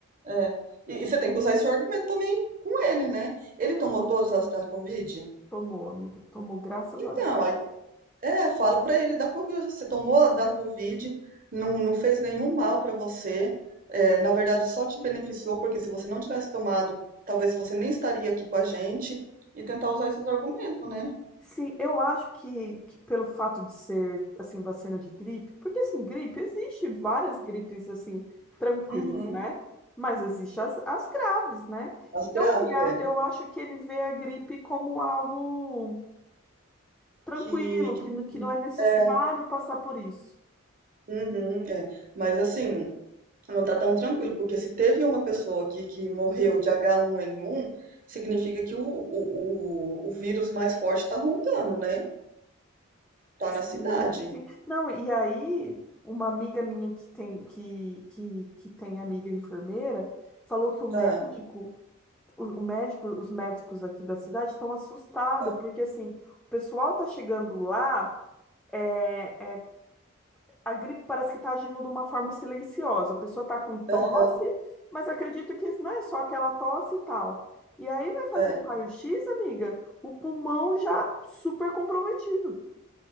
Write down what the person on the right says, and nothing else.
É. E, e você tem que usar esse argumento também com ele, né? Ele tomou todas as da Covid?
Então,
aí É, fala pra ele da Covid. Você tomou a da Covid, não, não fez nenhum mal pra você. é, na verdade, só te beneficiou, porque se você não tivesse tomado, talvez você nem estaria aqui com a gente. E tentar usar esses argumentos, né?
Uhum.
As
graves,
é.
Que, que,
é,
uhum, é. Mas assim, não tá tão tranquilo, porque se teve uma pessoa aqui que morreu de H1N1, significa que o, o, o, o vírus mais forte tá rondando, né? Tá
na cidade.
Ah,
ah.
Aham,
é.